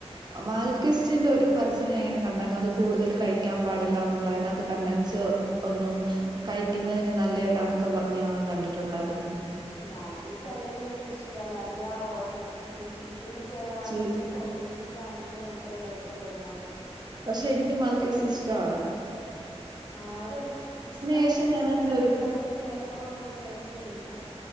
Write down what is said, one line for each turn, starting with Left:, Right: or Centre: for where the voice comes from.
Right: മാൽക്കിസ്റ്റിന്റെ ഒരു പരസ്യം ഞാൻ ഇങ്ങനെ കണ്ടായിരുന്നു അത് കൂടുതൽ കഴിക്കാൻ പാടില്ല എന്നുള്ള അതിനകത്ത് കണ്ടൻസ് ഒന്നും കഴിക്കുന്നതിന് നല്ലതല്ലാ എന്നൊക്കെ പറഞ്ഞ് കണ്ടിട്ടുണ്ടായിരുന്നു.
Left: മാൽക്കീസ്റ്റ് അല്ലെങ്കിലും എനിക്കിഷ്ടപല്ല അതിലാ ആ ഓറഞ്ച് മറ്റേ ചീസ് തിന്റെ ഫ്ലേവർ ആണെങ്കിലും
Right: ചീസ്
Left: ചോക്ലേറ്റിന്റെ ആണെങ്കിലും എനിക് ക്കത് കഴിക്കുമ്പോ ഒരുമാ
Right: പക്ഷെ എനിക്ക് മൽക്കേസി ഇഷ്ടമാണ്
Left: ആണോ അതെങ്ങനെ അതെങ്ങനെ
Right: ശേഷം ഞാനങ്ങനെ
Left: ഇഷ്ടപ്പെടുന്ന്
Right: ഒരു
Left: അതിന്റെ ഫ്ലേവർ ഒന്നും ഒരു രസവു ഇല്ല